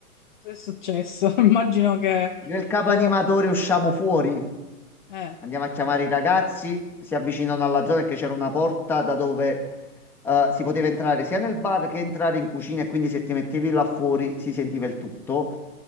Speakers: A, on the left; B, in the centre.
A: Cosa è successo? <laughs> Immagino che...
B: Io e il capo
A: o
B: animatore usciamo fuori,
A: eh,
B: andiamo a chiamare i ragazzi, si avvicinano alla zona che c'era una porta da dove eh, si poteva entrare sia nel bar che entrare in cucina e quindi se ti mettevi là fuori si sentiva il tutto.